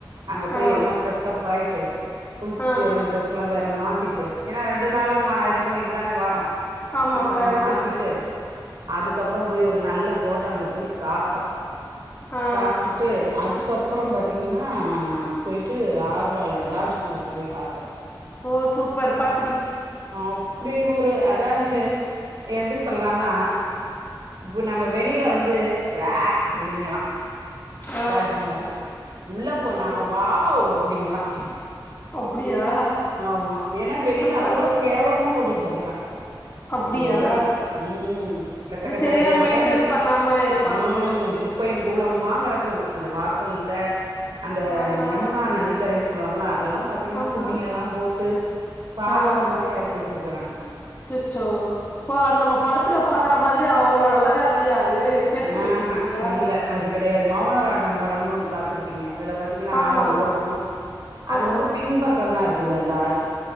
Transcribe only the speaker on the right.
அங்க போய்
எல்லா ஃப்ரஸ்சப்பாய்ட்டு குள்ச்சுட்டு
எல்லா டிரெஸ்ல்லா வேற த மாத்திட்டு ஏன்னா ரெண்டு நாளா
ம இது பண்ணிரு அத்தானே வரோ
அப்புறம்
மாத்திட்டு
அதுக்கப்புறம் போய் ஒரு நல்ல ஹோட்டல்ல போய் சாப்டோ
சாப்டுட்டு அதுக் அதுக்கப்புறம் பாத்தீங்கன்னா போயிட் ட்டு ஆக்ரால தாஜ்மஹால போய் பாத்தோ
அப்டி ஒரு அதாது எப்டி சொல்லானா இப்ப நம்ம வெளியில வந்து வே அப்படிங்கலா
தாஜ்மகால உள்ள போனா
வாவ் அப் ப்டிங்களா
ஆமா ஏனா வெளியில
அவ்ளோ
கேவலமா போட்டு வச்சு சிருக்குறாங்க
அங்க உள்ளவங்க ம் கச்ச
கச்ச
கச்ச கச்சன்னு
ம்
குப்பையு கூலமுமா கெடக்குது அந்த வாசல்ட்ட அந்த
யமுனா நதிக்கரை ஸ் சொல்வாங்கலாத் இதெல்லா பாத்தீங்கன்ன
துணி எல்லாப் போட்டு சாக்கட
மாரி ஆக்கி வச் ச்சிறுக்குறாங்க
ஆ
ஹ இல்ல அது கிடையாது மௌன ராகம் படம்னு ஒண்ணு பாத்துருப்பீங்க அதுல பாத்தீங்கன்னா
ஆறு ஓடு அது
வந்து பின்பக் பக்கந்தா இருக்குது அந்த ஆறு